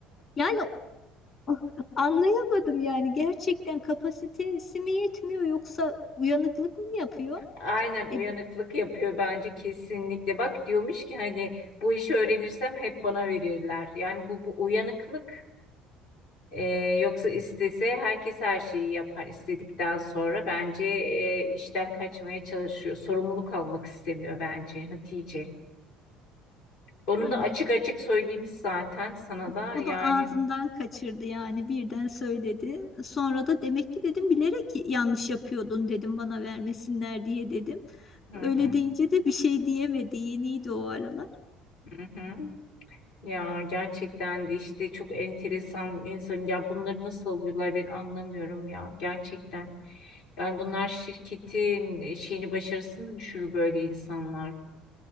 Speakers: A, on the left; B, on the left.
A: Yani o- anlayamadım yani gerçekten kapasitesi mi yetmiyor yoksa uyanıklık mı yapıyor?
B: <laughs> aynen uyanıklık
A: E,
B: yapıyor bence kesinlikle bak diyormuş ki hani bu işi öğrenirsem hep bana verirler yani bu bu uyanıklık Ee, yoksa istese herkes her şeyi yapar istedikten sonra bence e, işten kaçmaya çalışıyor. Sorumluluk almak istemiyor bence Hatice. Onu
A: aynen.
B: da açık açık söylemiş zaten sana da
A: O
B: yani.
A: da ağzından kaçırdı yani birden söyledi. Sonra da demek ki dedim bilerek yanlış yapıyordun dedim bana vermesinler diye dedim.
B: Hı
A: Öyle
B: hı,
A: deyince de bir şey diyemedi. Yeniydi o aralar.
B: hı hı. Ya gerçekten de işte çok enteresan insan ya bunları nasıl alıyorlar ben anlamıyorum ya gerçekten. Yani bunlar şirketin e, şeyini başarısını düşürür böyle insanlar.